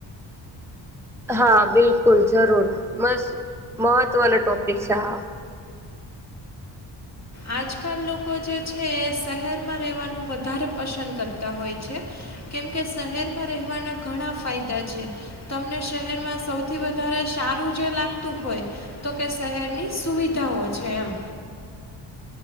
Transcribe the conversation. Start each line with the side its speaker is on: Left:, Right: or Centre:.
Centre: હા બિલકુલ જરૂર મસ મહત્ત્વનો ટૉપિક છે, હા
Left: આજકાલ લોકો જે છે, એ શહેરમાં રહેવાનું વધારે પસંદ કરતા હોય છે. કેમ કે શહેરમાં રહેવાના ઘણા ફાયદા છે. તમને શહેરમાં સૌથી વધારે સારું જે લાગતું હોય તો કે શહેરની સુવિધાઓ છે, એમ